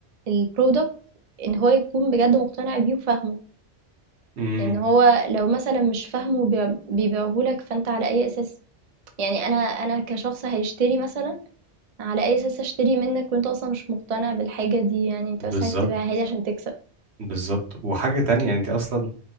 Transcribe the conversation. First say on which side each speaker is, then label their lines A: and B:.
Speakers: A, on the right; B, on the right.
A: البرودكت ان هو يكون بجد مقتنع بيه وفاهمه
B: امم
A: ان هو لو مثلا مش فاهمه وبيع- بيبيعهولك فانت على اي اساس يعني انا انا كشخص هيشتري مثلا على اي اساس اشتري منك وانت اصلا مش مقتنع بالحاجة دي يعني انت
B: بالظبط
A: بس عايز تبيعها لي عشان تكسب
B: بالظبط وحاجة تانية انت اصلا